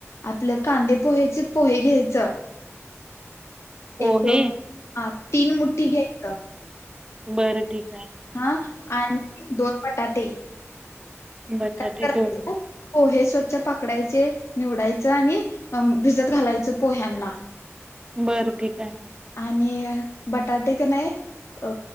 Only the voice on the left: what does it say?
आपलं कांदे पोहेचे, पोहे घ्यायचं-
एक, हा तीन मुट्ठी घ्यायचं
हां आन, दोन बटाटे
काय करायचं
पोहे स्वच्छ पाखडायचे, निवडायचं आणि म भिजत घालायचं पोह्यांना
आणि बटाटे का नाही, अ